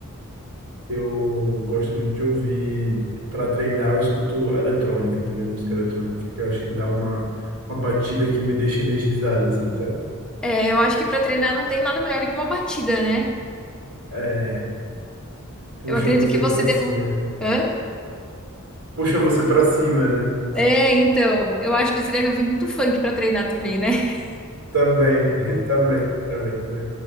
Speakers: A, on the right (about 85°); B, in the centre.
A: Eu gosto muito de ouvir para treinar, eu escuto eletrônica também, música eletrônica, que eu acho que dá uma, uma batida que me deixa energizado, assim, sabe?
B: É, eu acho que para treinar não tem nada melhor do que uma batida, né?
A: É, puxa
B: Eu acredito
A: você
B: que você
A: para
B: deve.
A: cima.
B: Hã?
A: Puxa você para cima, né?
B: É, então. Eu acho que você deve ouvir muito funk para treinar também, né? <laughs>
A: Também, <laughs> também, também, também.